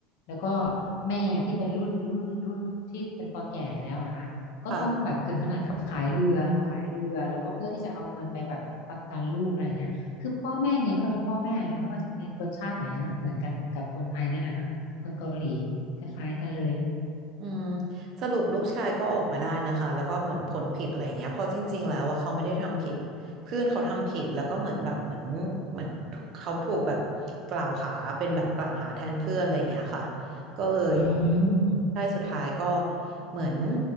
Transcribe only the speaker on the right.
ค่ะ
อืมสรุปลูกชายก็ออกมาได้นะคะแล้วก็เหมือนผลผิดอะไรอย่างเงี้ยเพอจริงๆแล้วว่าเขาไม่ได้ทำผิดเพื่อนเขาทำผิดแล้วก็เหมือนแบบเหมือนเหมือนเขาถูกแบบกล่าวหาเป็นแบบกล่าวหาแทนเพื่อนอะไรอย่างเงี้ยค่ะก็เลย
ได้สุดท้ายก็เหมือน